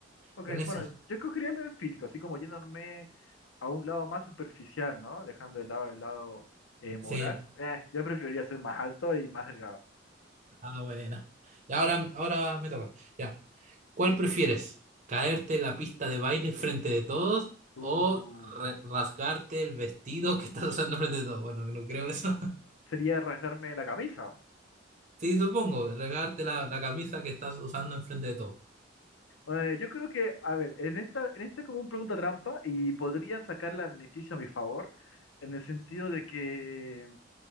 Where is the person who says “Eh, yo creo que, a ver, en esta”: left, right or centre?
Left